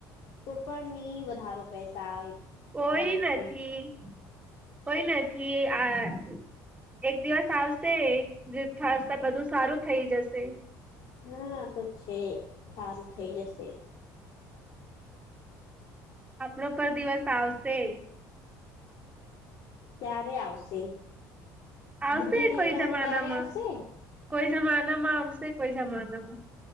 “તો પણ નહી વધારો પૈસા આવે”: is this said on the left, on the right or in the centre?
Left